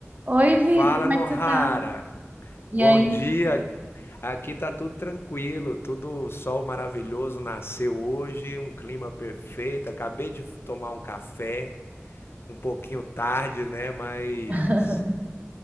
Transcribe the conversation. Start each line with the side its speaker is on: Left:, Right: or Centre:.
Right: Oi, Vida,
Left: Fala,
Right: como
Left: Nohara.
Right: é que você tá? E
Left: Bom
Right: aí?
Left: dia. Aqui tá tudo tranquilo, tudo sol maravilhoso nasceu hoje, um clima perfeito. Acabei de tomar um café, um pouquinho tarde, né? Mas,
Right: <laughs>